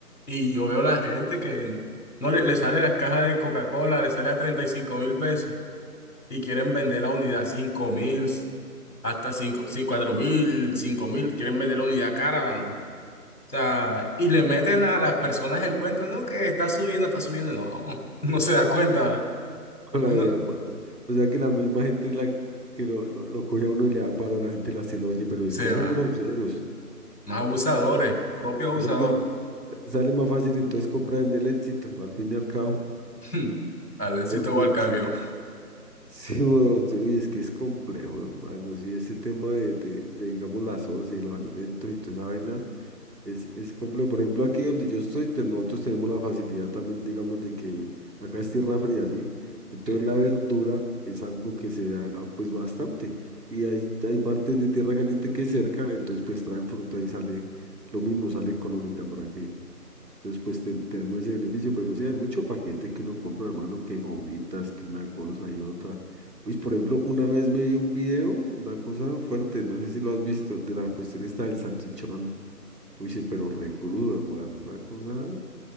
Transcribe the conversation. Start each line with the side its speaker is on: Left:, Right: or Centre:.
Left: Y yo veo la gente que no le, le sale las cajas de Coca-Cola, le sale a treinta y cinco mil pesos y quieren vender la unidad a 5 mil, hasta 5 4 mil, 5 mil, quieren vender la unidad cara, mano. O sea, y le meten a las personas el cuento, no, que está subiendo, está subiendo, no, <laughs> no se da cuenta.
Right: Toda
Left: Uno
Right: la vida, pues. O sea que la misma gente la que lo, lo, lo coge a uno y le da paro, la gente las tiene, oye, pero es
Left: se
Right: que son
Left: va.
Right: groseros.
Left: Más abusadores, propio abusador.
Right: O sea que sa- sale más fácil entonces comprar en el éxito, al fin y al cabo.
Left: <laughs> Alencito
Right: Porque
Left: va al cambio.
Right: sí, sí, <laughs> huevón, sí, uy, es que es complejo, hermano. Sí, ese tema de, de, de, digamos, las once y los alimentos y toda esa vaina. Es, es complejo. Por ejemplo, aquí donde yo estoy, te- nosotros tenemos la facilidad también, digamos, de que acá es tierra fría, ¿sí? Entonces
Left: <laughs>
Right: la verdura es algo que se da pues bastante. Y hay, hay partes de tierra caliente que es cerca, entonces pues traen fruta y sale lo mismo, sale económica para que. Entonces pues ten- tenemos ese beneficio, pero sí hay mucho paquete que uno compra, hermano, que gomitas, que una cosa y otra. pues por ejemplo, una vez me vi un video, una cosa fuerte, no sé si lo has visto, de la cuestión esta del salchichón. Uy, sí, pero re crudo, hermano, una cosa